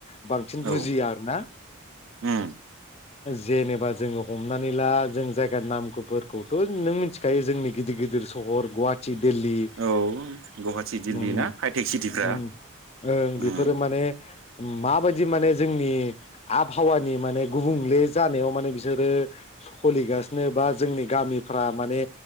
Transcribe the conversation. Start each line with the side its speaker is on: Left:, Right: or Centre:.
Left: बांसिन बुजिया
Right: औ
Left: आरो ना
Right: उम
Left: जेनेबा जोङो हमनानै ला जों जायगानि नामफोरखौथ' नों मिथिखायो जोंनि गिदिर गिदिर सहर गुवाहाटि दिल्ली
Right: औ गुवाहाटि दिल्ली
Left: ओं
Right: ना हाइटेक सिटिफ्रा उम
Left: बेफोरो माने माबायदि माने जोंनि आबहावानि माने गुबुंले जानायाव माने बिसोरो सलिगासिनो बा जोंनि गामिफ्रा माने